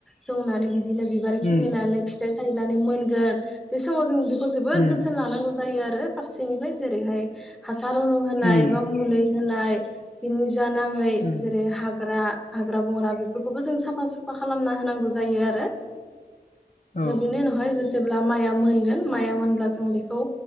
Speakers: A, in the centre; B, on the left.
A: जौनानै बि बिदिनो बिबार खिलिनानै
B: उम
A: फिथाइ थायनानै मोनगोन बे समाव जों बे खौ जोबोद
B: उम
A: जोथोन लानांगौ जायो आरो फारसेनिफ्राय जेरैहाय हासार रुनु होनाय
B: उम
A: एबा मुलै होनाय बिनि जा नाङै
B: उम
A: जेरै हाग्रा हाग्रा बंग्रा बेफोरखौबो जों साफा सुफा खालामना होनांगौ जायो आरो।
B: औ
A: बिनि उनावहाय जों जेब्ला ब्ला माइ आ मोनगोन माइया मोनब्ला जों बेखौ